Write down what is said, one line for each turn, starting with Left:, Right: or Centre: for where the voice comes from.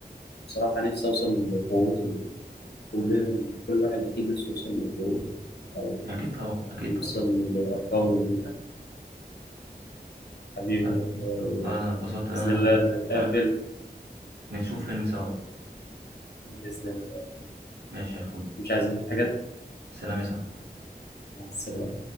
Left: بصراحة نفسي أوصل لقوته كل كل واحد أكيد نفسه يوصل لقوته أو
Right: أكيد طبعا أكيد
Left: أو يوصل
Right: طبعا
Left: لأرقامه دي حبيبي
Right: طيب،
Left: آه،
Right: والله أنا اتبسطت إن
Left: بإذن
Right: أنا
Left: الله لما نتقابل
Right: معاك نشوف فيلم سوا بقى
Left: بإذن الله
Right: ماشي يا أخوي
Left: مش عايزين حاجة
Right: سلام يا صاحبي
Left: مع السلامة